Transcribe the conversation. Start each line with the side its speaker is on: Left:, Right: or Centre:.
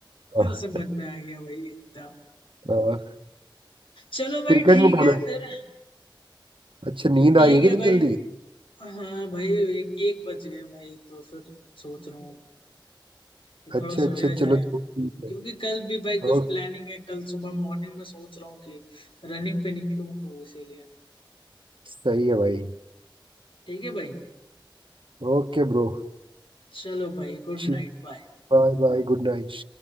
Right: हाँ,
Left: समझ में आ गया भाई इतना
Right: हाँ,
Left: चलो भाई
Right: क्रिकेट
Left: ठीक
Right: में कौन
Left: है
Right: है
Left: फिर
Right: अच्छा नींद
Left: ठीक
Right: आ रही है कि
Left: है
Right: दिन
Left: भाई
Right: जल्दी
Left: हाँ भाई एक एक बज गए भाई तो फिर सोच रहा हूँ कि
Right: अच्छा
Left: थोड़ा सोया
Right: अच्छा चलो
Left: जाए
Right: चलो,
Left: अब
Right: ठीक है
Left: क्योंकि कल भी भाई कुछ
Right: ओके
Left: प्लानिंग है कल सुबह मॉर्निंग में सोच रहा हूँ कि रनिंग पे निकलूं तो इसीलिए
Right: सही है भाई
Left: ठीक है भाई
Right: Okay bro
Left: चलो भाई गुड
Right: ठीक
Left: नाइट बाय
Right: Bye bye good night